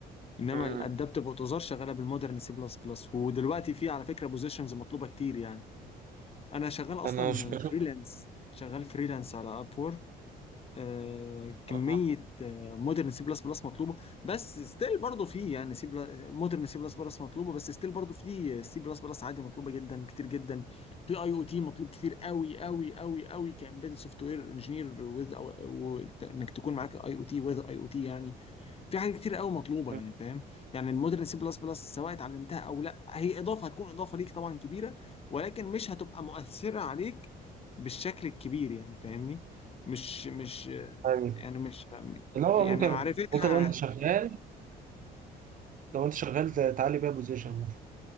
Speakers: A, on the left; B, on the right.
A: انما
B: مم.
A: الادابتيف اوتوزار شغاله بالمودرن سي بلس بلس ودلوقتي في على فكره بوزيشنز مطلوبه كتير يعني انا شغال اصلا
B: انا مش بشوف
A: فريلانس شغال فريلانس على اب آه، كميه
B: آه.
A: مودرن سي بلس بلس مطلوبه بس ستيل برضه في يعني سي مودرن سي بلس بلس مطلوبه بس ستيل برضه في سي بلس بلس عادي مطلوبه جدا كتير جدا في اي او تي مطلوب كتير قوي قوي قوي قوي كامبيدد سوفت وير انجينير وذ انك تكون معاك اي او تي وذ اي او تي يعني في حاجات كتير قوي مطلوبه
B: مم.
A: يعني فاهم يعني المودرن سي بلس بلس سواء اتعلمتها او لا هي اضافه هتكون اضافه ليك طبعا كبيره ولكن مش هتبقى مؤثره عليك بالشكل الكبير يعني فاهمني مش مش
B: أيوة.
A: يعني مش
B: اللي هو
A: يعني
B: ممكن
A: معرفتها
B: ممكن لو انت شغال لو انت شغال ت- تعلي بيها بوزيشن مثلا